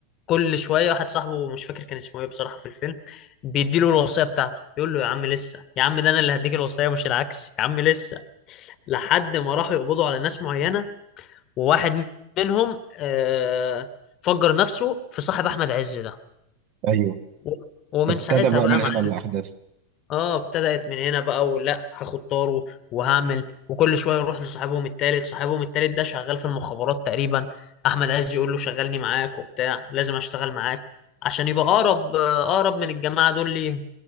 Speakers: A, on the left (about 35°); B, on the right (about 40°).
A: كل شويه واحد صاحبه مش فاكر كان اسمه ايه بصراحه في الفيلم بيديله الوصيه بتاعته بيقول له يا عم لسه يا عم ده انا اللي هديك الوصيه مش العكس يا عم لسه لحد ما راحوا يقبضوا على ناس معينة وواحد منهم آه، فجر نفسه في صاحب أحمد عز ده
B: أيوه
A: و- ومن
B: ابتدى
A: ساعتها
B: بقى
A: بقى
B: من
A: مع
B: هنا الأحداث
A: اه ابتدأت من هنا بقى ولا هاخد طاره وهعمل وكل شوية يروح لصاحبهم التالت صاحبهم التالت ده شغال في المخابرات تقريبا أحمد عز يقول له شغلني معاك وبتاع لازم أشتغل معاك عشان يبقى أقرب آه، أقرب من الجماعة دول ليهم